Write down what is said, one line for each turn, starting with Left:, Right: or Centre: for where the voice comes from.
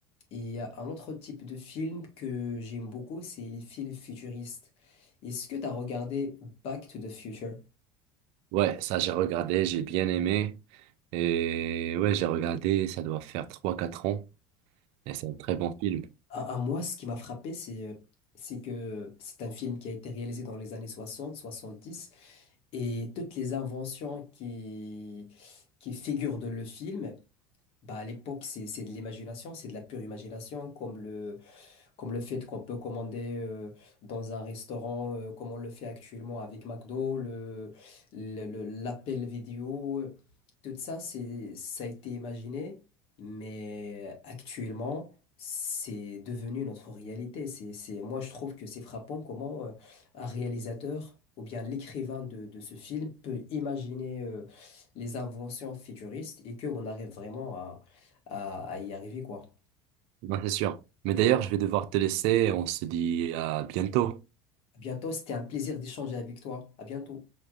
Left: il y a un autre type de film que j'aime beaucoup, c'est les films futuristes. Est-ce que tu as regardé Back to the Future?
Right: Ouais, ça, j'ai regardé, j'ai bien aimé. Et ouais, j'ai regardé, ça doit faire trois quatre ans et c'est un très bon film. <laughs>
Left: À, à moi, ce qui m'a frappé, c'est euh, c'est que c'est un film qui a été réalisé dans les années soixante, soixante-dix, et toutes les inventions qui, qui figurent dans le film, bah, à l'époque, c'est c'est de l'imagination, c'est de la pure imagination, comme le, comme le fait qu'on peut commander euh, dans un restaurant, euh, comme on le fait actuellement avec McDo, le, le- le- l'appel vidéo, euh, tout ça, c'est, ça a été imaginé, mais actuellement, c'est devenu notre réalité. C'est, c'est, moi, je trouve que c'est frappant comment euh, un réalisateur ou bien l'écrivain de, de ce film peut imaginer euh, les inventions futuristes et qu'on arrive vraiment à, à, à y arriver, quoi.
Right: Non, c'est sûr. Mais d'ailleurs, je vais devoir te laisser. On se dit à bientôt.
Left: À bientôt, c'était un plaisir d'échanger avec toi. À bientôt.